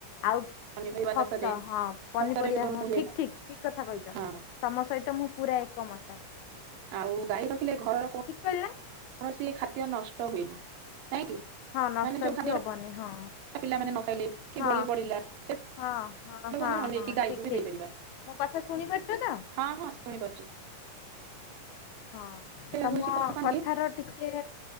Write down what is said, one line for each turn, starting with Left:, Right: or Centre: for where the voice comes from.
Left: ଆଉ
Right: ପନିପରିବା
Left: ଖତ
Right: ଚାଷରେ
Left: ହଁ ପନିପରିବା
Right: ଖତରେ ବ୍ୟବହୃତ
Left: ହଁ
Right: ହୁଏ
Left: ଠିକ ଠିକ ଠିକ କଥା କହିଚ।
Right: ହଁ
Left: ତମ ସହିତ ମୁଁ ପୁରା ଏକମତ
Right: ଆଉ ଗାଈ ରଖିଲେ ଘରର କୋ
Left: ଠିକ କହିଲି ନା
Right: କୌଣସି ଖାଦ୍ୟ ନଷ୍ଟ ହୁଏନି, ନାଇଁ କି?
Left: ହଁ ନଷ୍ଟ
Right: ମାନେ ଯୋଉ
Left: ବି
Right: ଖାଦ୍ୟଟା
Left: ହବନି ହଁ।
Right: ପିଲାମାନେ ନ ଖାଇଲେ କି
Left: ହଁ
Right: ବଳି ପଡିଲା ସେ
Left: ହଁ ହଁ ହଁ
Right: କଣ ନେଇକି
Left: ହଁ
Right: ଗାଈକୁ
Left: ଠିକ
Right: ବି
Left: ଠିକ।
Right: ଦେଇପାରିବା।
Left: ମୋ କଥା ଶୁଣିପାରୁଛ ତ?
Right: ହଁ ହଁ ଶୁଣି ପାରୁଚି।
Left: ହଁ ତମ
Right: ହଉଛି କଥା କଣ
Left: କଥାର
Right: କି
Left: ଟିକେ